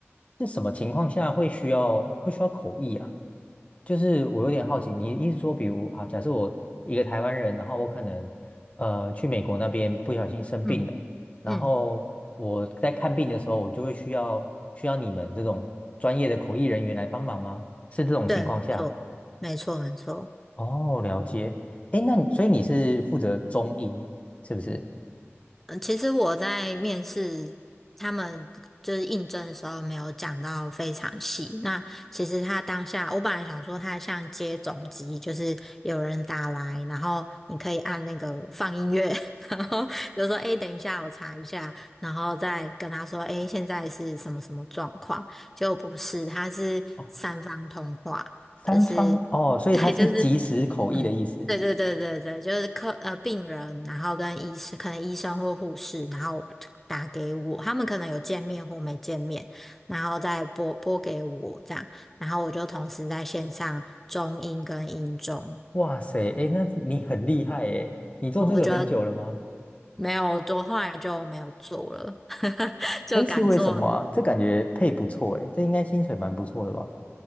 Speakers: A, on the left; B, in the centre.
A: 是什么情况下会需要会需要口译啊？就是我有点好奇，你意思说，比如啊，假设我一个台湾人，然后我可能呃去美国那边不小心生病了，
B: 嗯。
A: 然后我在看病的时候，
B: 嗯，
A: 我就会需要需要你们这种专业的口译人员来帮忙吗？是这种情况下？
B: 对，没错，没错，没错。
A: 哦，了解。诶，那你所以你是负责中英是不是？
B: 嗯，其实我在面试他们就是应征的时候，没有讲到非常细。那其实他当下，我本来想说他像接总机，就是有人打来，然后你可以按那个放音乐，<laughs> 然后比如说：“诶，等一下，我查一下。”然后再跟他说：“诶，现在是什么什么状况？”结果不是，他是三方通话，
A: 哦，三方哦，
B: 就是 <laughs>
A: 所以它是即时口译的意思。
B: 对，就是嗯，对对对对对，就是客呃病人，然后跟医生，可能医生或护士，然后打给我，他们可能有见面或没见面，然后再拨拨给我这样，然后我就同时在线上中英跟英中，
A: 哇塞，哎，那你很厉害哎，你做这个很久了吗？
B: 然后我觉得没有，我后来就没有做了，<laughs> 就改做。
A: 哎，是为什么啊？这感觉配不错哎，这应该薪水蛮不错的吧？